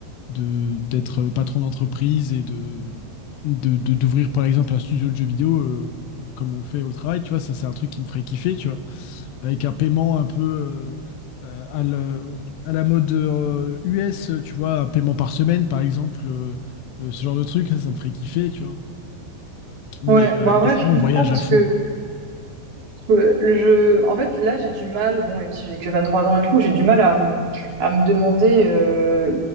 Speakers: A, on the left; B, on the right.
A: de d'être patron d'entreprise et de de- de- d'ouvrir par exemple un studio de jeux vidéo euh, comme on fait au travail, tu vois, ça c'est un truc qui me ferait kiffer, tu vois, avec un paiement un peu euh, euh, à la, à la mode euh, US, tu vois, un paiement par semaine par exemple, euh, euh, ce genre de truc, ça, ça me ferait kiffer, tu vois. Mais,
B: Ouais, bah
A: euh,
B: en vrai,
A: mais sinon,
B: je comprends
A: on voyage
B: parce
A: à fond,
B: que
A: quoi.
B: Euh, Je, en fait, là, j'ai du mal, bon, même si j'ai que 23 ans et tout, j'ai du mal à, me- à me demander euh,